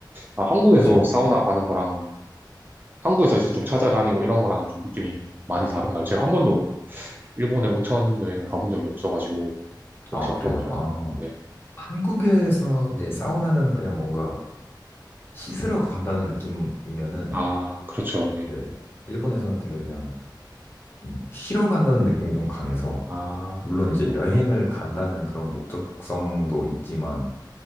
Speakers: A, on the right; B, on the left.
A: 아, 한국에서
B: 혹시
A: 사우나 가는 거랑, 한국에서 이제 좀 찾아다니고 이런 거랑은 좀 느낌이 많이 다른가요? 제가 한 번도 일본에 온천 여행을 가본 적이 없어가지고, 혹시
B: 아, 그래요.
A: 어떤가요?
B: 아,
A: 네.
B: 한국에서 이제 사우나는 그냥 뭔가 씻으러 간다는 느낌이면은,
A: 아, 그렇죠. 네.
B: 네, 일본에서는 되게 그냥 좀 쉬러 간다는 느낌이 좀 강해서,
A: 아,
B: 물론 이제
A: 그렇구나.
B: 여행을 간다는 그런 목적성도 있지만,